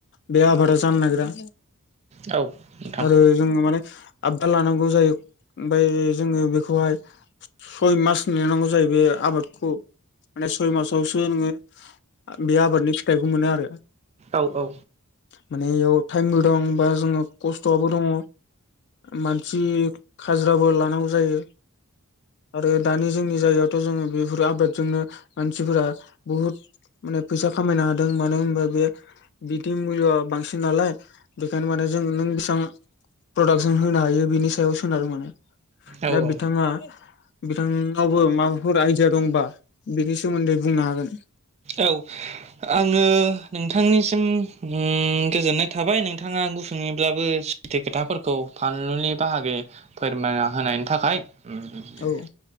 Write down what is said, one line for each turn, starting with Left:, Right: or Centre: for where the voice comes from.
Left: बे आबादा जान नागिरा
Right: औ नोंथां
Left: आरो जोङो माने आबदा लानांगौ जायो ओमफाय जोङो बेखौहाय सय मास नेनांगौ जायो बे आबादखौ माने सय मासावसो नोङो बे आबादनि फिथाइखौ मोनो आरो
Right: औ औ
Left: माने एयाव थाइमबो दं बा जोङो कस्ट'आबो दङ मानसि खाजिराबो लानांगौ जायो आरो दानि जोंनि जायगायावथ' जों बेफोर आबादजोंनो मानसिफोरा बुहुद माने फैसा खामायनो हादों मानो होनबा बे बिदि मुुलिय'आ बांसिन नालाय बेखायनो माने जों नों बेसां प्रडाक्सन होनो हायो बिनि सायाव सोनार मोन
Right: औ
Left: दा बिथाङा बिथाङावबो माबाफोर आइदिया दंबा बिनि सोमोन्दै बुंनो हागोन
Right: औ आङो नोंथां थांनिसिम ओम गोजोननाय थाबाय नोंथाङा गुसुंङैब्लाबो सैथो खोथाफोरखौ फार लुनि बाहागो फोरमायना होनायनि थाखाय ओम
Left: औ